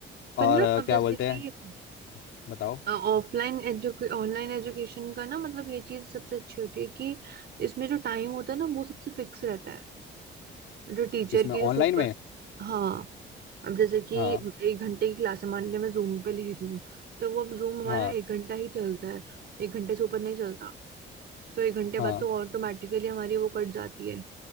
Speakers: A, on the right; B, on the left.
A: पर
B: और
A: ना
B: अ,
A: अब
B: क्या
A: जैसे
B: बोलते
A: कि
B: हैं बताओ
A: ऑफलाइन एजुके ऑनलाइन एजुकेशन का ना मतलब ये चीज सबसे अच्छी होती है कि इसमें जो टाइम होता है ना वो सबसे फिक्स रहता है जो टीचर
B: किसमें
A: की
B: ऑनलाइन
A: जो सुपर
B: में
A: हाँ अब जैसे कि
B: हाँ
A: एक घंटे की क्लास है मान लिया मैं जूम पे ले रही हूँ तो वो अब जूम हमारा
B: हाँ
A: एक घंटा ही चलता है एक घंटे से ऊपर नहीं चलता तो एक घंटे
B: हाँ
A: बाद तो ऑटोमेटिकली हमारी वो कट जाती है